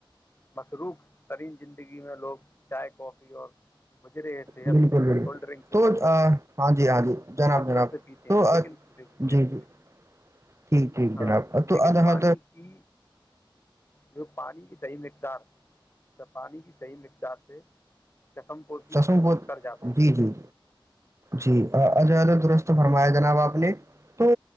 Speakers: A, on the left (about 25°); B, on the right (about 35°).
A: مصروق ترین زندگی میں لوگ چائے کافی اور مجرے صحت
B: بالکل بالکل
A: کولڈ ڈرنک کو
B: تو
A: کثرت
B: ہاں جی ہاں جی جناب
A: کثرت
B: جناب
A: سے پیتے
B: تو
A: ہیں لیکن دیکھیے میری
B: جی جی
A: سنیے
B: ٹھیک ٹھیک
A: ہاں
B: جناب تو
A: لیکن
B: اد
A: پانی
B: ح
A: کی جو پانی کی صحیح مقدار پانی کی صحیح مقدار سے چشم پوشی
B: چسم بہت
A: کر جاتے ہیں
B: جی جی جی جی عدہ درست فرمایا جناب آپ نے تو